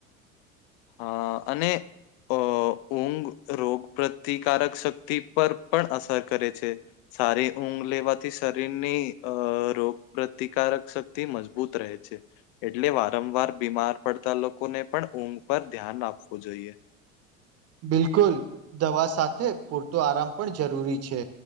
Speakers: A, on the left; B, on the right.
A: હા અને અહ ઊંઘ રોગ પ્રતિકારક શક્તિ પર પણ અસર કરે છે. સારી ઊંઘ લેવાથી શરીરની અહ રોગ પપ્રતિકારક શક્તિ મજબૂત રહે છે. એટલે વારંવાર બીમાર પડતા લોકોને પણ ઊંઘ પર ધ્યાન આપવું જોઈએ.
B: બિલકુલ દવા સાથે પૂરતો આરામ પણ જરૂરી છે.